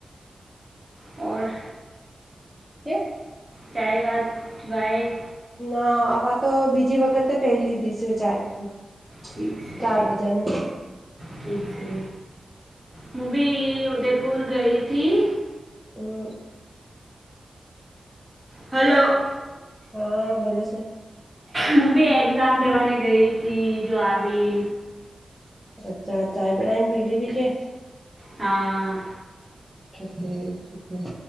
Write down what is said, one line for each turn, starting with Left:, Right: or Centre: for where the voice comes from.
Right: ઓર
Centre: કેે
Right: ચાય વાત ભય
Centre: ના આવા તો બીજી વખતે પહેલી દીસે ચાય તો
Right: ઠીક છે
Centre: ચાર બજાને
Right: ઠીક છે હું ભી ઉદયપુર ગઈ હતીથી
Centre: હ
Right: હલો
Centre: હા બોલો છે
Right: હું બી એક્ઝામ દેવાને ગઈ હતી જો આવી
Centre: અચ્છા ચાય બનાાયને પીલી પી કે
Right: હા
Centre: અચ ઠી છે ઠી